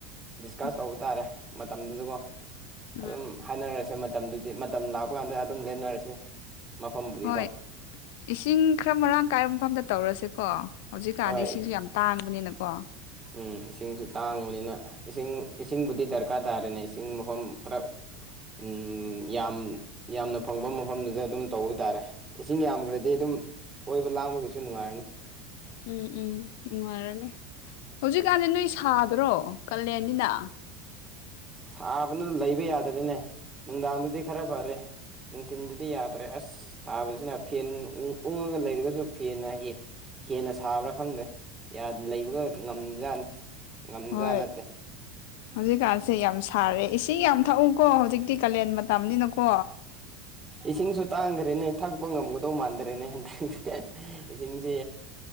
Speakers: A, on the right (about 25°); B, on the left (about 65°).
A: ꯗꯤꯁꯀ
B: ꯎꯝ
A: ꯇꯧꯕ ꯇꯥꯔꯦ ꯃꯇꯝꯗꯨꯗꯀꯣ
B: ꯎꯝ
A: ꯑꯗꯨꯝ ꯍꯥꯏꯅꯔꯁꯦ ꯃꯇꯝꯗꯨꯗꯤ ꯃꯇꯝ ꯂꯥꯛꯄ ꯀꯥꯟꯗ ꯑꯗꯨꯝ ꯂꯦꯟꯅꯔꯁꯦ ꯃꯐꯝꯕꯨꯗꯤꯀꯣ
B: ꯍꯣꯏ ꯏꯁꯤꯡ ꯈꯔ ꯃꯔꯥꯡ ꯀꯥꯏꯕ ꯃꯐꯝꯗ ꯇꯧꯔꯁꯦꯀꯣ ꯍꯧꯖꯤꯛꯀꯥꯟꯗꯤ
A: ꯍꯣꯏ
B: ꯏꯁꯤꯡꯁꯨ ꯌꯥꯝ ꯇꯥꯡꯕꯅꯤꯅꯀꯣ
A: ꯎꯝ ꯏꯁꯤꯡꯁꯨ ꯇꯥꯡꯕꯅꯤꯅ ꯏꯁꯤꯡ ꯏꯁꯤꯡꯕꯨꯗꯤ ꯗꯔꯀꯥꯔ ꯇꯥꯗꯦꯅꯦ ꯏꯁꯤꯡ ꯃꯐꯝ ꯈꯔ ꯎꯝ ꯌꯥꯝ ꯌꯥꯝꯅ ꯐꯪꯕ ꯃꯐꯝꯗꯨꯗ ꯑꯗꯨꯝ ꯇꯧꯕ ꯇꯥꯔꯦ ꯏꯁꯤꯡ ꯌꯥꯝꯈ꯭ꯔꯗꯤ ꯑꯗꯨꯝ ꯀꫭꯏꯕ ꯂꯥꯡꯕꯒꯤꯁꯨ ꯅꯨꯡꯉꯥꯏꯔꯅꯤ
B: ꯎꯝ ꯎꯝ ꯅꯨꯡꯉꯥꯏꯔꯅꯤ ꯍꯧꯖꯤꯛꯀꯥꯟꯗꯤ ꯅꯣꯏ ꯁꯥꯗ꯭ꯔꯣ ꯀꯂꯦꯟꯅꯤꯅ
A: ꯍ <inaudible> ꯁꯥꯕꯅ ꯂꯩꯕ ꯌꯥꯗ꯭ꯔꯦꯅꯦ ꯅꯨꯡꯗꯥꯡꯗꯗꯤ ꯈ꯭ꯔ ꯐ꯭ꯔꯦ ꯅꯨꯡꯊꯤꯟꯗꯗꯤ ꯌꯥꯗ꯭ꯔꯦ ꯑꯁ ꯁꯥꯕꯁꯤꯅ ꯐꯦꯟ ꯎꯡ ꯎꯡꯉꯒ ꯂꯩꯔꯒꯁꯨ ꯐꯦꯟꯅ ꯍꯦꯛ ꯍꯦꯟꯅ ꯁꯥꯕ꯭ꯔꯥ ꯈꯪꯗ꯭ꯔꯦ ꯌꯥ ꯂꯩꯕꯒ ꯉꯝꯖꯥꯠꯅꯤ ꯉꯝꯖꯥꯠ
B: ꯍꯣꯏ
A: ꯅꯠꯇꯦ
B: ꯍꯧꯖꯤꯛꯀꯥꯟꯁꯦ ꯌꯥꯝ ꯁꯥꯔꯦ ꯏꯁꯤꯡ ꯌꯥꯝ ꯊꯛꯎꯀꯣ ꯍꯧꯖꯤꯛ ꯇꯤ ꯀꯥꯂꯦꯟ ꯃꯇꯝꯅꯤꯅꯀꯣ
A: ꯏꯁꯤꯡꯁꯨ ꯇꯥꯡꯈ꯭ꯔꯦꯅꯦ ꯊꯛꯄ ꯉꯝꯒꯗꯧ ꯃꯥꯟꯗ꯭ꯔꯦꯅꯦ ꯍꯟꯗꯛ ꯍꯦ ꯍꯦ ꯏꯁꯤꯡꯁꯦ